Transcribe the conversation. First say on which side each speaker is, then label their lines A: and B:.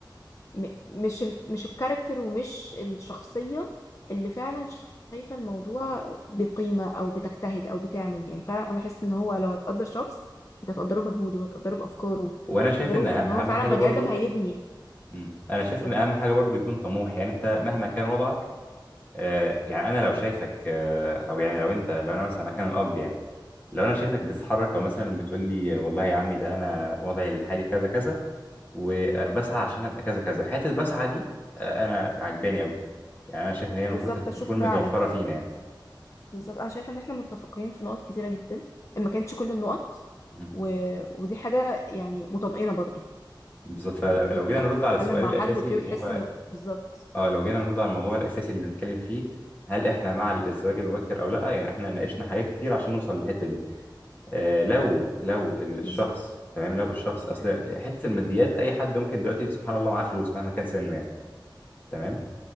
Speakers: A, on the left; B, on the left.
A: م- مش ال... مش الكاركتر ومش الشخصية اللي فعلا شايفة الموضوع بقيمة أو بتجتهد أو بتعمل يعني فعلا أنا بحس إن هو لو هتقدر شخص أنت هتقدره بمجهوده هتقدره بأفكاره
B: وانا شايف
A: هتقدره
B: ان
A: إن
B: أه-
A: هو
B: اهم
A: فعلا
B: حاجه
A: بني
B: برضو
A: آدم هيبني
B: مم. انا
A: اتفضل
B: شايف ان اهم حاجه برضو يكون طموح يعني انت مهما كان وضعك آه يعني انا لو شايفك آه او يعني لو انت لو انا مثلا مكان الاب يعني لو انا شايفك بتتحرك او مثلا بتقول لي والله يا عمي ده انا وضعي الحالي كذا كذا وبسعى عشان ابقى كذا كذا حته بسعى دي آه، انا عجباني قوي يعني انا شايف ان هي المفروض
A: بالظبط أشوف
B: تكون
A: فعلك
B: متوفره فينا يعني
A: بالظبط أنا شايفة إن إحنا متفقين في نقط كتيرة جدا ما كانتش كل النقط
B: مهم.
A: و... ودي حاجة يعني مطمئنة برضو
B: بالظبط فلو
A: إنك تتكلم
B: جينا نرد على السؤال
A: مع
B: الاساسي
A: حد أوكي
B: اللي
A: وتحس
B: هو
A: إنه بالظبط
B: اه لو جينا نرد على الموضوع الاساسي اللي بنتكلم فيه هل احنا مع الزواج المبكر او لا يعني احنا ناقشنا حاجات كتير عشان نوصل للحته دي آه لو لو الشخص
A: بالظبط
B: تمام لو الشخص اصل حته الماديات اي حد ممكن دلوقتي سبحان الله معاه فلوس مهما كان سنه يعني تمام